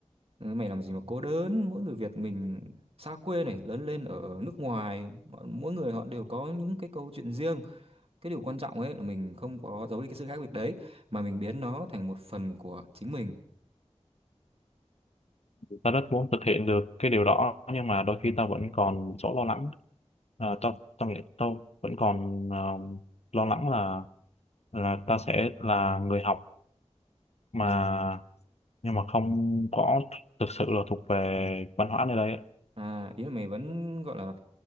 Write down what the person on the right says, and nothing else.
Ừ, mày làm gì mà cố đớn mỗi người Việt mình xa quê này lớn lên ở nước ngoài mọi- mỗi người họ đều có những cái câu chuyện riêng cái điều quan trọng ấy là mình không có giấu đi cái sự khác biệt đấy mà mình biến nó thành một phần của chính mình
À, ý là mày vẫn gọi là